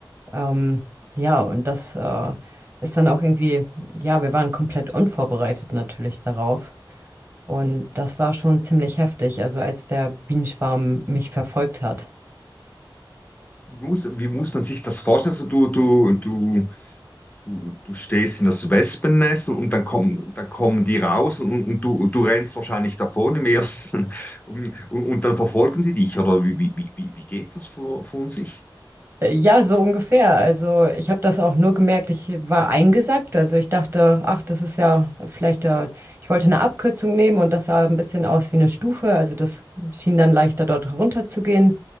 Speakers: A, on the right; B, on the left.
A: ähm, ja, und das äh, ist dann auch irgendwie, ja, wir waren komplett unvorbereitet natürlich darauf. Und das war schon ziemlich heftig, also als der Bienenschwarm mich verfolgt hat.
B: Wie muss, wie muss man sich das vorstellen? Also du, du, du du, du stehst in das Wespennest und, dann kommen, dann kommen die raus und, und du, du rennst wahrscheinlich davon im ersten <laughs> und, und, und dann verfolgen die dich oder wie, wie, wie, wie geht das vor, von sich?
A: Äh, Ja, so ungefähr. Also ich habe das auch nur gemerkt, ich war eingesackt. Also ich dachte, ach, das ist ja vielleicht, äh, ich wollte eine Abkürzung nehmen und das sah ein bisschen aus wie eine Stufe. Also das schien dann leichter dort runter zu gehen.